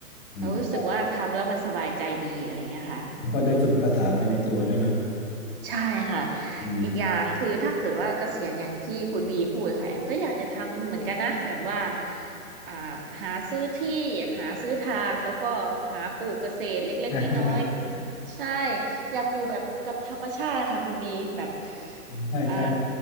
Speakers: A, on the left; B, on the right.
A: อืมก็
B: เรารู้สึกว่าทำแล้วมันสบายใจดีอะไรเงี้ยค่ะ
A: ก็ได้ฝึกภาษาไปในตัวด้วยเนาะ
B: ใช่ค่ะ
A: อืม
B: อีกอย่างคือถ้าเกิดว่าเกษียณอย่างที่คุณบีพูดค่ะแอมก็อยากจะทำเหมือนกันนะแบบว่าอ่าหาซื้อที่หาซื้อทางแล้วก็หาปลูกเกษตรเล็กๆน้อยๆใช่
A: <laughs>
B: อยากอยู่แบบกับธรรมชาติค่ะคุณบีแบบ
A: ใช่ใช่
B: อ่า